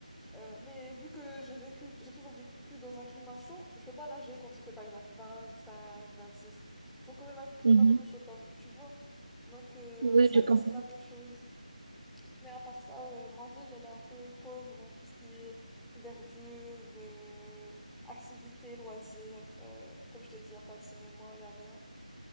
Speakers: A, in the centre; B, on the right (about 40°).
A: euh, mais vu que j'ai vécu, j'ai toujours vécu dans un climat chaud, je peux pas nager quand il fait par exemple 25, 26. Il faut quand même un climat
B: Mhm.
A: plus chaud, t'as- tu vois. Donc euh,
B: Oui,
A: ça
B: je
A: reste
B: comprends.
A: la même chose. Mais à part ça, euh, ma ville, elle est un peu pauvre en tout ce qui est verdure, euh, activités, loisirs. euh, comme je t'ai dit, il n'y a pas de cinéma, il n'y a rien.